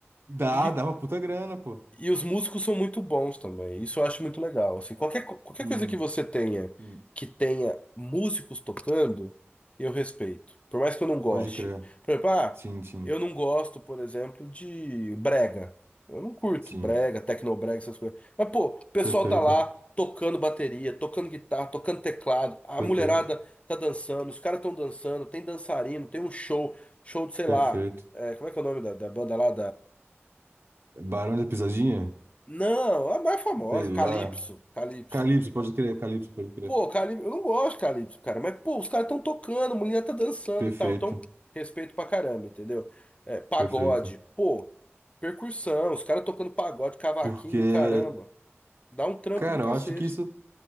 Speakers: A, on the right; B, on the left.
A: Dá,
B: E
A: dá uma puta grana, pô.
B: E os músicos são muito bons também. Isso eu acho muito legal. Assim, qualquer, co- qualquer
A: Sim,
B: coisa que você tenha,
A: sim.
B: que tenha músicos tocando, eu respeito. Por mais que eu não goste.
A: Pode crer.
B: Por exemplo, ah,
A: Sim, sim,
B: eu não gosto, por exemplo, de brega. Eu não curto
A: sim.
B: brega, tecnobrega, essas coisas. Mas, pô, o pessoal
A: Perfeito,
B: tá lá tocando bateria, tocando guitarra, tocando teclado. A
A: perfeito,
B: mulherada tá dançando, os caras estão dançando, tem dançarino, tem um show, show de, sei
A: perfeito.
B: lá, é, como é que é o nome da, da banda lá?
A: Barão da Pisadinha?
B: Não, a mais famosa,
A: Sei lá.
B: Calypso, Calypso.
A: Calypso, pode crer, Calypso, pode crer.
B: Pô, Calypso, eu não gosto de Calypso, cara, mas pô, os caras estão tocando, a mulher tá dançando
A: Perfeito.
B: e tal, então respeito pra caramba, entendeu? É, pagode,
A: Perfeito.
B: pô, percussão, os caras tocando pagode, cavaquinho,
A: Porque,
B: caramba, dá um trampo
A: cara,
B: do cacete.
A: eu acho que isso,